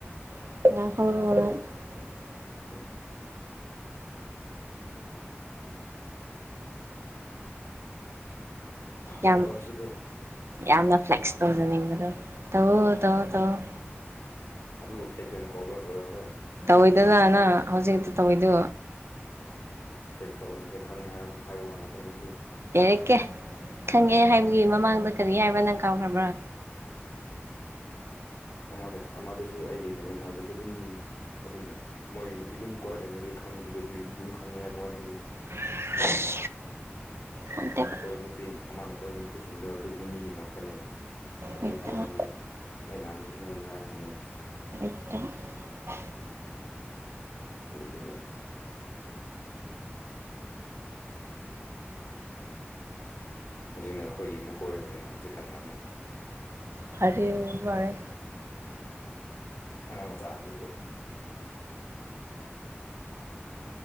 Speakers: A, on the right; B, on the left.
A: <unintelligible>
B: <unintelligible>
A: ꯌꯥꯝ
B: ꯋꯥꯕ ꯉꯁꯤꯗꯤ꯫
A: ꯌꯥꯝꯅ ꯐ꯭ꯂꯦꯛꯁ ꯇꯧꯖꯅꯤꯡꯕꯗꯣ ꯇꯧꯋꫭ ꯇꯧꯑꯣ-ꯇꯧꯑꯣ꯫
B: ꯑꯗꯨꯕꯨ ꯐ꯭ꯂꯦꯛꯁ ꯑꯣꯏꯅ ꯀꯧꯕ꯭ꯔꯥ ꯍꫭꯏꯔꯣꯡꯂꯣ꯫
A: ꯇꯧꯏꯗꯅꯥ ꯅꯪ ꯍꯧꯖꯤꯛꯇ ꯇꯧꯏꯗꯨ꯫
B: ꯐ꯭ꯂꯦꯛꯁ ꯇꯧꯕ ꯅꯠꯇꯦ ꯈꯪꯉꯤ ꯍꯥꯏ ꯍꯥꯏꯕ ꯋꯥ ꯉꯥꯛꯇꯅꯤꯗꯤ꯫
A: ꯌꯥꯔꯦꯀꯦ ꯈꯪꯉꯦ ꯍꯥꯏꯕꯒꯤ ꯃꯃꯥꯡꯗ ꯀꯔꯤ ꯍꯥꯏꯕ꯭ꯔꯥ ꯅꯪ ꯀꯥꯎꯈ꯭ꯔꯕ꯭ꯔꯥ꯫
B: ꯑꯃꯅ ꯑꯃꯗꯁꯨ ꯑꯩꯒ ꯂꯥꯏꯃꯤꯅꯥꯗꯁꯨ ꯑꯗꯨꯝ ꯑꯗꯨ ꯃꯣꯏꯒꯤ ꯅꯨꯄꯤꯗꯨꯝ ꯀꯣꯏꯔ ꯂꯩꯕꯅꯤ ꯑꯗꯨ ꯈꯪꯉꯤ ꯑꯗꯨꯗ ꯑꯗꯨꯗꯤꯁꯨ ꯑꯗꯨꯝ ꯈꯪꯉꯦ ꯍꯥꯏꯕ ꯋꯥꯅꯤꯗꯤ꯫
A: <unintelligible> ꯋꯥꯠꯇꯦꯕ
B: ꯑꯃꯅ ꯀꯣꯏꯕ ꯅꯨꯄꯤ ꯑꯃꯅ ꯀꯣꯏꯕ ꯅꯨꯄꯤꯁꯤꯡꯗꯣ ꯑꯗꯨꯒꯨꯝꯕ ꯃꯤ ꯉꯥꯛꯇꯅꯦ꯫ ꯑꯗꯨꯒꯤ
A: ꯂꯩꯇꯕ
B: ꯍꯥꯏꯔꯒꯅꯤ ꯑꯩ ꯑꯩ ꯅꯍꯥꯟꯗꯁꯨ ꯅꯉꯣꯟꯗ ꯍꯥꯏꯔꯝꯈ꯭ꯔꯅꯤ꯫
A: <unintelligible>
B: ꯑꯣꯏꯗꯕ꯫ ꯃꯁꯤꯅ ꯑꯩꯈꯣꯏꯒꯤ ꯑꯃꯨꯛ ꯀꯣꯏꯔ ꯂꯩꯌꯦ ꯑꯃꯨꯛ ꯍꯧꯖꯤꯛ ꯀꯥꯟꯗ ꯑꯃꯨꯛ꯫
A: ꯐꯥꯔꯦ ꯋꯥꯔꯦ꯫
B: ꯑꯉꯥꯡ ꯃꯆꯥ ꯑꯗꯨꯁꯨ꯫